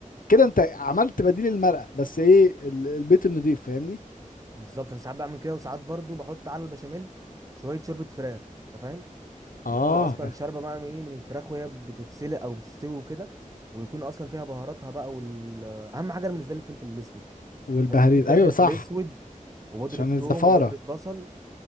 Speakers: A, on the left; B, on the right.
A: كده انت عملت بديل المرقه بس ايه ال- البيت النضيف فاهمني
B: بالظبط انا ساعات بعمل كده وساعات برضو بحط على البشاميل شويه شوربه فراخ انت فاهم
A: اه
B: بتكون اصلا شاربه بقى من ايه من الفراخ وهي بتتسلق او بتستوي وكده ويكون اصلا فيها بهاراتها بقى وال اهم حاجه أنا بالنسبه لي الفلفل الاسود
A: والبهاريز
B: لازم يكون فيها
A: ايوه
B: فلفل
A: صح
B: اسود وبودرة
A: عشان الزفاره
B: ثوم وبودرة بصل